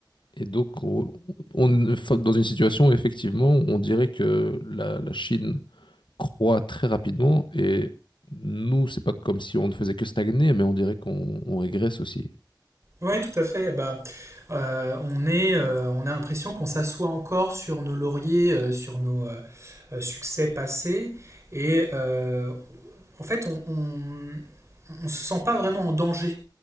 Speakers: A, on the left; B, on the right.
A: Et donc, on, on est fa- dans une situation où effectivement, on dirait que la la Chine croît très rapidement et nous, c'est pas comme si on ne faisait que stagner, mais on dirait qu'on on régresse aussi.
B: Ouais, tout à fait. Bah, euh, on est, euh, on a l'impression qu'on s'assoit encore sur nos lauriers, euh, sur nos euh, euh, succès passés, et euh, En fait, on, on, on se sent pas vraiment en danger.